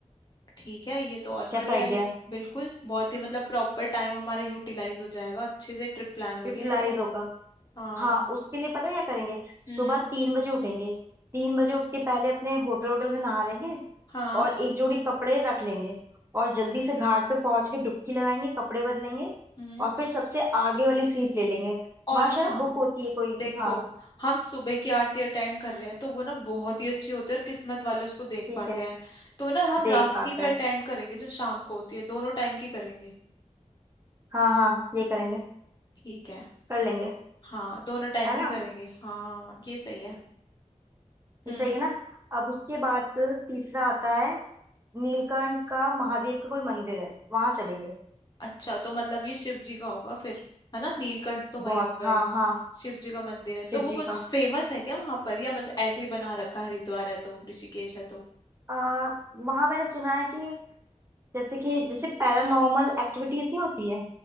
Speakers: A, on the left; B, on the right.
A: ठीक है ये तो और
B: कैसा
A: बढ़िया
B: आइडिया
A: है
B: है
A: बिल्कुल बहुत ही मतलब प्रॉपर टाइम हमारा यूटिलाइज हो जाएगा अच्छे से ट्रिप प्लान हो
B: यूटिलाइज
A: रही है ये तो
B: होगा
A: हाँ
B: हाँ उसके लिए पता है क्या करेंगे सुबह
A: हम्म
B: तीन बजे उठेंगे तीन बजे उठ के पहले अपने होटल होटल में नहा लेंगे
A: हाँ
B: और एक जोड़ी कपड़े रख लेंगे और जल्दी से घाट पे पहुंच के डुबकी लगाएंगे कपड़े बदलेंगे
A: हम्म
B: और फिर सबसे आगे वाली सीट ले लेंगे
A: और
B: वहां शायद
A: ना
B: बुक होती है कोई
A: देखो
B: हाँ
A: हम सुबह की आरती अटेंड कर रहे हैं तो वो ना बहुत ही अच्छी होती है और किस्मत वाले उसको देख
B: ठीक
A: पाते
B: है
A: हैं तो ना हम रात
B: देख पाते
A: की भी अटेंड
B: हैं
A: करेंगे जो शाम को होती है दोनों टाइम की करेंगे
B: हाँ हाँ ये करेंगे
A: ठीक है
B: कर लेंगे
A: हाँ दोनों टाइम
B: है
A: की
B: ना
A: करेंगे हाँ ये सही है
B: ये
A: हम्म
B: सही है ना अब उसके बाद तीसरा आता है नीलकंठ का महादेव का कोई मंदिर है वहां चलेंगे
A: अच्छा तो मतलब ये शिव जी का होगा फिर है ना नीलकंठ तो वही
B: बहुत
A: हो गए
B: हाँ हाँ
A: शिव जी का मंदिर है तो
B: शिव
A: वो
B: जी
A: कुछ
B: का
A: फेमस है क्या वहां पर या मतलब ऐसे ही बना रखा है, हरिद्वार है तो ऋषिकेश है तो
B: आ, वहां मैंने सुना है कि जैसे कि जैसे पैरानॉर्मल एक्टिविटीज नहीं होती है